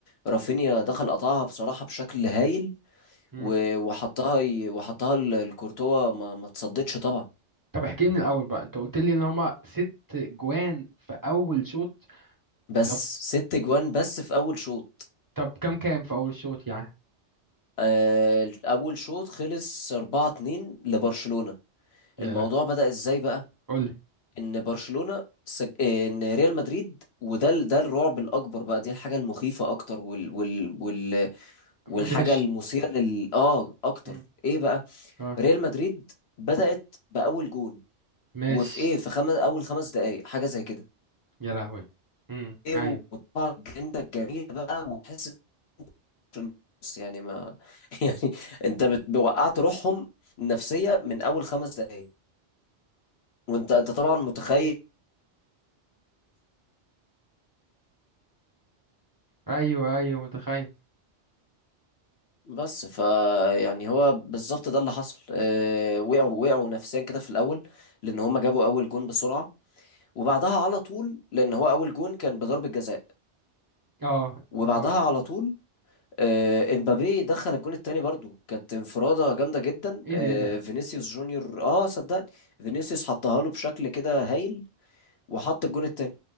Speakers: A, on the left (about 65°); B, on the right (about 20°).
A: رافينيا دخل قطعها بصراحة بشكل هايل
B: مم.
A: و- وحطها ي- وحطها ل- لكورتوا ما ما تصدتش طبعا
B: طب احكي لي من الاول بقى انت قلت لي ان هما ست جوان في اول شوط
A: بس
B: طب
A: ست جوان بس في اول شوط
B: طب كام كام في اول شوط يعني
A: آه، اول شوط خلص 4-2 لبرشلونة
B: يا
A: الموضوع بدأ ازاي بقى
B: قول لي
A: ان برشلونة سج... آه، ان ريال مدريد وده ال- ده الرعب الاكبر بقى دي الحاجة المخيفة اكتر وال... وال... وال... والحاجة
B: مدهش
A: المثيرة لل اه اكتر
B: مم.
A: ايه بقى
B: اه
A: ريال مدريد بدأت بأول جون
B: ماشي
A: وفي ايه في خمس اول خمس دقايق حاجة زي كده
B: يا لهوي مم.
A: ايه
B: ايوه
A: وطبعا الجنة الجميلة بقى وتحس إن- يعني ما <laughs> يعني انت بت... وقعت روحهم نفسية من اول خمس دقايق وانت انت طبعا متخيل
B: ايوه ايوه متخيل
A: بس فيعني هو بالظبط ده اللي حصل آه، وقعوا وقعوا نفسيا كده في الاول لان هم جابوا اول جون بسرعه وبعدها على طول لان هو اول جون كان بضربه جزاء
B: اه
A: وبعدها
B: اه
A: على طول آه، امبابي دخل الجون التاني برضو كانت انفراده جامده جدا
B: ايه
A: آه،
B: ده ايه ده
A: فينيسيوس جونيور اه صدقني فينيسيوس حطها له بشكل كده هايل وحط الجون التاني